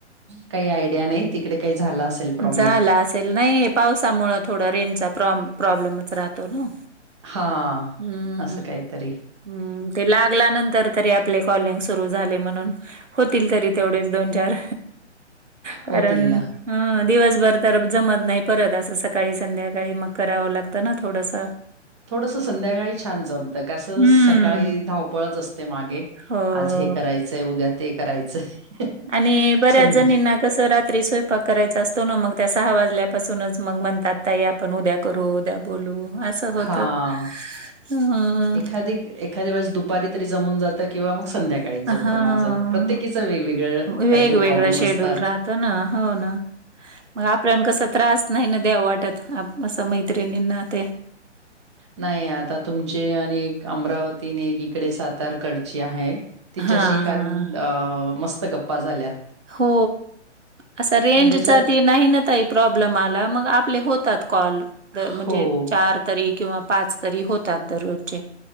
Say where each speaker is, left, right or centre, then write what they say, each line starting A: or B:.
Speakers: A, on the right; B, on the right.
A: काही आयडिया नाही तिकडे काही झालं असेल. प्रॉब्लेम.
B: झाल असेल नाही हे पावसामुळं थोडं रेनचा प्रॉ प्रॉब्लेमच राहतो न.
A: हां,
B: हम्म.
A: असं काहीतरी.
B: हम्म ते लागल्यानंतर तरी आपले कॉलिंग सुरू झाले म्हणून होतील तरी तेवढेच दोन चार कारण
A: होतील ना.
B: ह दिवसभर तर जमत नाही परत असं सकाळी, संध्याकाळी मग करावं लागतं न थोडस.
A: थोडस संध्याकाळी छान जमतं कसं
B: हम्म.
A: सकाळी धावपळच असते मागे.
B: हो.
A: आज हे करायचंय उद्या ते करायचंय.
B: आणि बऱ्याच
A: सं
B: जणींना कसं रात्री स्वयंपाक करायचा असतो ना मग त्या सहा वाजल्यापासूनच मग त्या म्हणतात ताई पण उद्या करू उद्या बोलू असं होतं
A: हां.
B: हम्म.
A: एखादी एखाद्या वेळेस दुपारी तरी जमून जातं किंवा मग संध्याका काळीच जमत
B: हां.
A: माझं प्रत्येकीच वेगवेगळ
B: वेगवेगळं
A: काहीतरी प्रॉब्लेम
B: शेड्यूल
A: असतात.
B: राहतं ना, हो ना. मग आपल्या कस त्रास नाही न देऊ वाटत आ असं मैत्रिणींना ते.
A: नाही आता तुमचे आणि एक अमरावती अन एक इकडे सातारकडची आहे. तिच्याशी
B: हां,
A: काल
B: हां.
A: अ मस्त गप्पा झाल्या.
B: हो असं रेंजचा
A: म्हणजे अशा
B: ते नाही न ताई प्रॉब्लेम आला मग आपले होतात कॉल द
A: हो.
B: म्हणजे चार तरी. किंवा पाच तरी होतात दररोजचे.